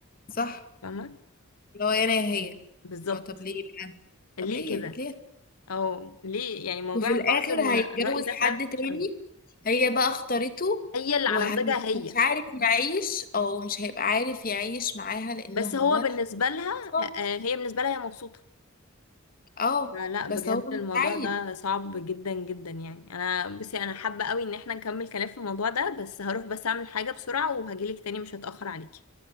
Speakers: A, on the left (about 40°); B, on the left (about 85°).
A: صح
B: فاهمه
A: اللي هو يا انا يا هي
B: بالظبط
A: اه طب ليه بقى
B: ليه
A: طب ليه
B: كده
A: ليه
B: او ليه يعني موضوع
A: وفي الاخر
B: فرض ال-
A: هيتجوز
B: الرأي ده
A: حد
B: فعلا وحش
A: تاني
B: قوي
A: هي بقى اختارته
B: هي اللي
A: ومش
B: على مزاجها هي
A: عارف يعيش او مش هيبقى عارف يعيش معاها لان
B: بس
A: هو
B: هو بالنسبه لها
A: اه
B: آه، هي بالنسبه لها هي مبسوطه
A: آه،
B: لا لا، بجد
A: بس هو
B: الموضوع
A: مش عايز
B: ده صعب جدا جدا يعني انا بصي انا حابة قوي ان احنا نكمل كلام في الموضوع ده بس هروح بس اعمل حاجة بسرعة وهجيلك تاني مش هتأخر عليكي